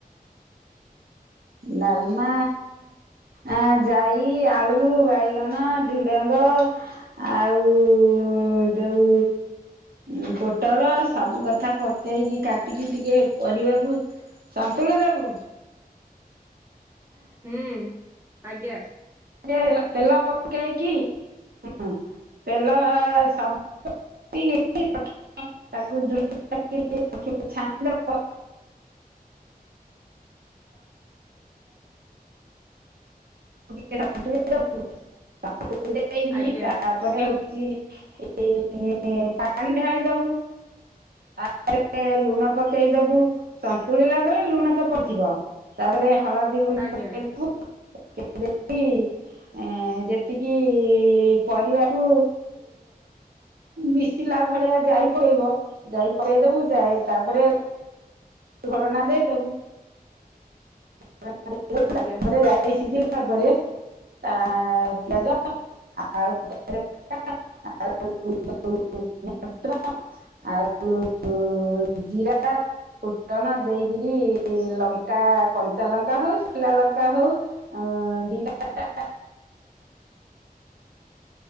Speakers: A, on the right (about 75°); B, on the right (about 15°).
A: ଡାଲମା ଆ ଜାଇ ଆଳୁ ବାଇଗଣ ଝୁଡଙ୍ଗ ଆଉ ଯୋଉ ଉ ପୋଟଳ ସବୁ କଥା ପକେଇକି କାଟିକି ଟିକେ ପରିବାକୁ ସନ୍ତୁଳି ଦେବୁ।
B: ହୁଁ ଆଜ୍ଞା।
A: <inaudible> ତେଲ ପକେଇ କି ହୁଁ ତେଲ ସବୁ <unintelligible> <unintelligible>
B: ଆଜ୍ଞା
A: ତାପରେ ହଉଛି ଏ ପାଣି ଢାଳି ଦବୁ ତାପରେ ଲୁଣ ପକେଇଦବୁ ସନ୍ତୁଳିଲା ବେଳେ ଲୁଣ ତ ପଥିବ। ତାପରେ ହଳଦୀ ଗୁଣ୍ଡ
B: ଆଜ୍ଞା
A: ପକେଇଦବୁ ପକେଇ ଦେଇକି ଏ ଯେତିକି ପରିବାକୁ ମିଶିଲା ଭଳିଆ ଯାଇ ପକେଇବ ଯାଇ ପକେଇଦବୁ ଯାଇ ତାପରେ ଘୋଡଣା ଦେଇଦବୁ <unintelligible>
B: ଆଜ୍ଞା
A: ଜାଇ ସିଝିଲା ପରେ ଆ ପିଆଜ <unintelligible> ଆଉ ଉ ଉ ଜିରା ଫୁଟଣ ଦେଇକିରି ଲଙ୍କା କଞ୍ଚା ଲଙ୍କା ହଉ ସୁଖିଲା ଲଙ୍କା ହଉ ଆ ଜିରାଟା